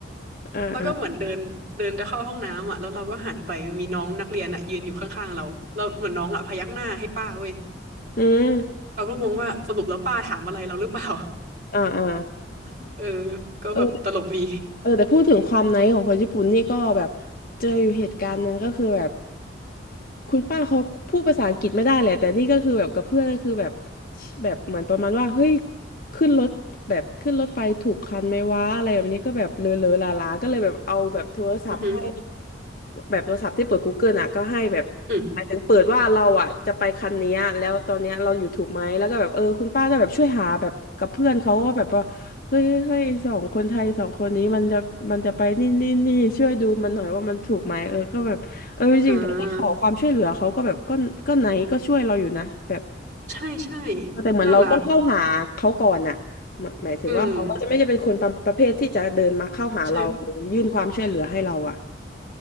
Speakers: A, on the left; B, on the right.
A: อ๋อา
B: แล้วก็เหมือนเดินเดินจะเข้าห้องน้ำอ่ะแล้วเราก็หันไปมีน้องนักเรียนอ่ะยืนอยู่ข้างๆเราเราเหมือนน้องอ่ะพยักหน้าให้ป้าเว้ย
A: อืม
B: เราก็งงว่าสรุปแล้วป้าถามอะไรเราหรือเปล่า
A: อ่าอ่า
B: <laughs> เออก็แบบตลกดี
A: เออเออแต่พูดถึงความไนท์ของคนญี่ปุ่นนี่ก็แบบเจออยู่เหตุการณ์หนึ่งก็คือแบบคุณป้าเขาพูดภาษาอังกฤษไม่ได้แหละแต่นี่ก็คือแบบกับเพื่อนก็คือแบบแบบเหมือนประมาณว่าเฮ้ยขึ้นรถแบบขึ้นรถไฟถูกคันไหมวะอะไรแบบนี้ก็แบบเลอะเลอะลาลาๆก็เลยแบบเอาแบบโทรศัพท์ให้
B: อือหือ
A: แบบโทรศัพท์ที่เปิดกูเก l ลอ่ะก็ให้แบบหมายถึงเปิดว่าเราอ่ะจะไปคันเนี้ยแล้วตอนเนี้ยเราอยู่ถูกไหมแล้วก็แบบเออคุณป้าก็แบบช่วยหาแบบกับเพื่อนเขาว่าแบบว่า
B: อืม
A: เฮ้ยเฮ้ยเฮ้ยสองคนไทยสองคนนี้มันจะมันจะไปนี่นี่นี่ช่วยดูมันหน่อยว่ามันถูกไหมเออก็แบบเออจริงๆแต่ถ้าขอความช่วยเหลือเขาก็แบบก็ก็ไหนก็ช่วยเราอยู่นะแบบ
B: อ่าใช่ใช่
A: เออแต่เหมือนเราต้องเข้าหาเขาก่อนอะหมายหมายถึงว่าเขาก็จะไม่ได้เป็นคนประประเภทที่จะเดินมาเข้าหาเราหรือยื่นความช่วยเหลือให้เราอะ
B: น่ารักอืมใช่